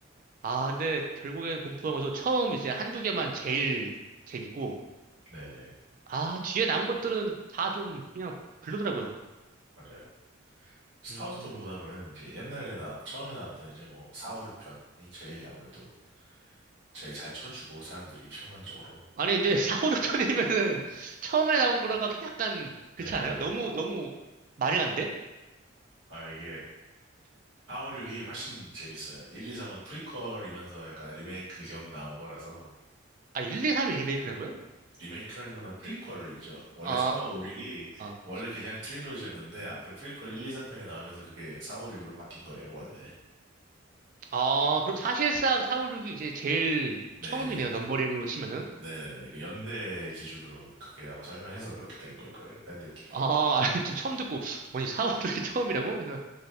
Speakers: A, on the right; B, on the right.
A: 아 근데 결국엔 공포 영화도 처음 이제 한두 개만 제일 재밌고
B: 네네
A: 아 뒤에 나온 것들은 다 좀 그냥 별로더라고요.
B: 맞아요. 스타워즈도
A: 음
B: 보다 보면 이제 옛날에 나 처음에 나왔던 이제 뭐 4, 5, 6편이 제일 아무래도 제일 잘 쳐주고 사람들이 평론적으로
A: 아니 근데 <laughs> 사호르 편이면은 처음에 나온 거라고 하기 약간 그렇지
B: 네네네
A: 않아요? 너무 너무 많이 갔는데?
B: 아 이게 4, 5, 6이 훨씬 재밌어요 1, 2, 3은 프리퀄이면서 약간 리메이크 겸 나온 거라서
A: 아 1, 2, 3이 리메이크라고요?
B: 리메이크라기보다는 프리퀄이죠 원래
A: 아
B: 4, 5, 6이
A: 아.
B: 원래 그냥 트릴로지였는데 앞에 프리퀄 1, 2, 3편이 나오면서 그게 4, 5, 6으로 바뀐 거예요 원래
A: 아, 그럼 사실상 사우6이 이제 제일
B: 네네네
A: 처음이네요. 넘버링으로 치면은.
B: 네네네 그 연대 기준으로 그게 아마 설명해서 그렇게 된 걸 거예요 팬들끼리
A: 아, <laughs> 좀 처음 듣고, 아니, 사우6이 처음이라고? 그래서,